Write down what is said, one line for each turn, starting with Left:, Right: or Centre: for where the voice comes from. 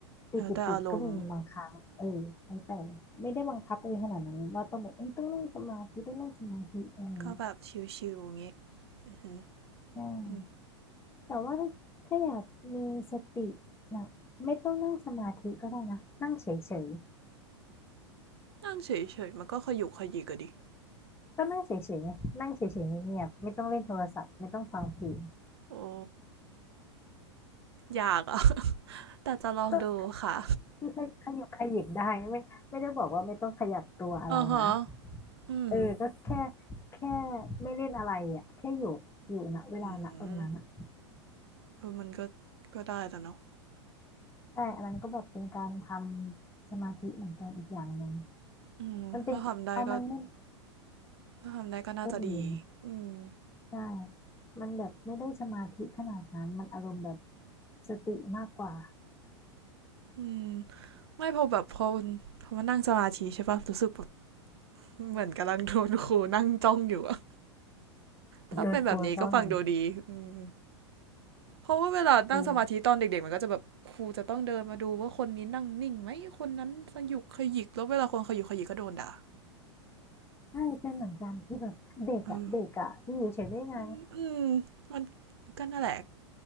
Left: ติดติดติดก็มีบางครั้งเออแล้วแต่ไม่ได้บังคับตัวเองขนาดนั้นว่าต้องแบบเอ้ยต้องนั่งสมาธิต้องนั่งสมาธิอะไรเงี้ย
Right: แล้วแต่อารมณ์ก็แบบชิวๆอย่างงี้อือหือ
Left: ใช่
Right: อืม
Left: แต่ว่าถ้าอยากมีสตินะไม่ต้องนั่งสมาธิก็ได้นะนั่งเฉย
Right: นั่งเฉยๆมันก็ขยุกขยิกอะดิ
Left: ๆก็นั่งเฉยๆไงนั่งเฉยๆเงียบๆไม่ต้องเล่นโทรศัพท์ไม่ต้องฟังเพลง
Right: โอ้อยากอ่ะ <laughs> แต่จะลองดูค่ะ
Left: ก็ คือขยขยับขยิกได้ไม่ไม่ได้บอกว่าไม่ต้องขยับตัวอะไรนะ
Right: อ่าฮะอืม
Left: เออก็แค่แค่ไม่เล่นอะไรอ่ะแค่อยู่อยู่ณเวลาณตรงนั้นอ่ะ
Right: อืมเออมันก็ก็ได้แต่เนาะ
Left: ใช่อันนั้นก็แบบเป็นการทำสมาธิเหมือนกันอีกอย่างหนึ่ง
Right: อืมถ้าทำได้ก็
Left: มันเป็นเอามันเล่น
Right: ถ้าทำได้ก็น่าจะดีอืม
Left: ก็ดีนะใช่มันแบบไม่ได้สมาธิขนาดนั้นมันอารมณ์แบบสติมากกว่า
Right: อืม ไม่พอแบบพอพอมานั่งสมาธิใช่ปะรู้สึกแบบเหมือนกำลังโดนครูนั่งจ้องอยู่อะถ้าเป็นแบบนี้ก็ฟังดูดีอืม
Left: โดนครูจ้องอีก
Right: เพราะว่าเวลานั่งสมาธิตอนเด็กๆมันก็จะแบบครูจะต้องเดินมาดูว่าคนนี้นั่งนิ่งไหมคนนั้นสยุกขยิกแล้วเวลาคนขยุกขยิกก็โดนด่า
Left: เออใช่เป็นเหมือนกันคือแบบเด็กอ่ะเด็กอ่ะที่อยู่เฉยได้ไง
Right: เอออืมอมันก็น่าแหละ